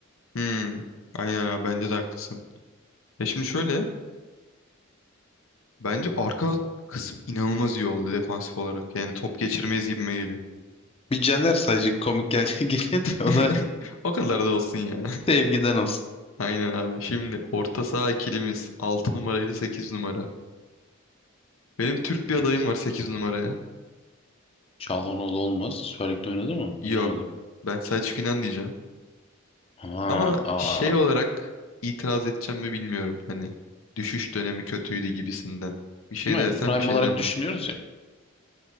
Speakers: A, on the left; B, on the left.
A: Hmm. Aynen abi bence de haklısın. E şimdi şöyle bence arka kısım inanılmaz iyi oldu defansif olarak. Yani top geçirmeyiz gibime geliyor.
B: Bir Caner sadece komik gel <laughs> geliyor da o
A: <laughs>
B: da
A: O kadar da olsun ya.
B: sevgiden olsun.
A: <laughs> Aynen abi. Şimdi orta saha ikilimiz 6 numara ile 8 numara. Benim Türk
B: Sik.
A: bir adayım var 8 numaraya.
B: Çalhanoğlu olmaz. Süper Lig'de oynadı mı? Oynamadı.
A: Yok. Ben Selçuk İnan diyeceğim.
B: Ha,
A: Ama
B: aa.
A: şey olarak itiraz edeceğim mi bilmiyorum. Hani düşüş dönemi kötüydü gibisinden. Bir şey
B: Ama
A: dersen
B: prime
A: bir şey
B: olarak
A: demem.
B: düşünüyoruz ya.